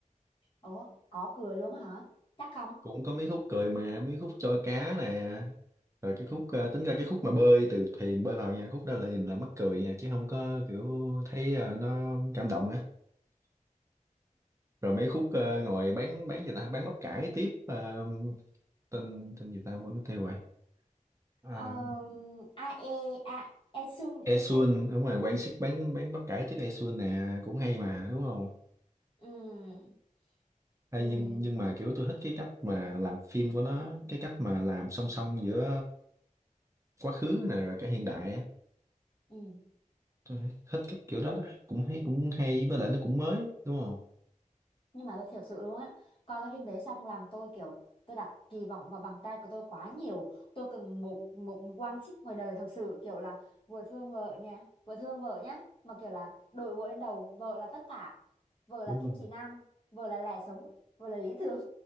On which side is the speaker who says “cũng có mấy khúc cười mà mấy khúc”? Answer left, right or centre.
Right